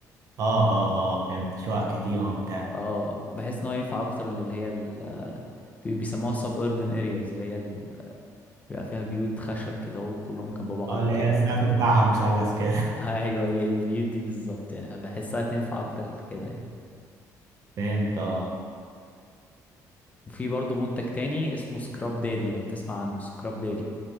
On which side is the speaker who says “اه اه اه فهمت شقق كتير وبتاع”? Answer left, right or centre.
Right